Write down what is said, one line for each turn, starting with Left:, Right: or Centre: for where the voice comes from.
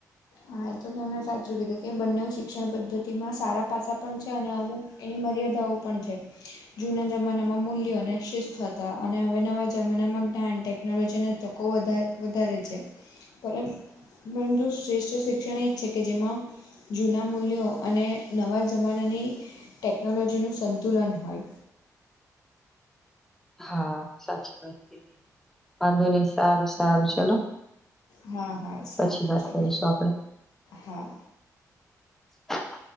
Left: હાચો તમે સાચું કીધું કે બંને શિક્ષણ પદ્ધતિમાં સારા પાછા પણ છે અને અમુક એની મર્યાદાઓ પણ છે. જૂના જમાનામાં મૂલ્યો અને શિસ્ત હતા અને હવે નવા જમાનામાં જ્ઞાન ટેકનોલોજીના તકો વધારે વધારે છે પર પરંતુ શ્રેષ્ઠ શિક્ષણ એ જ છે કે જેમાં જૂના મૂલ્યો અને નવા જમાનાની ટેકનોલોજીનું સંતુલન હોય.
Centre: હા સાચી વાત કીધી. વાંધો નહી સારું સારું ચલો
Left: હ હા હા સારું
Centre: પછી વાત
Left: ચાલો.
Centre: કરીશું આપડે.
Left: હા.
Centre: હ <inaudible>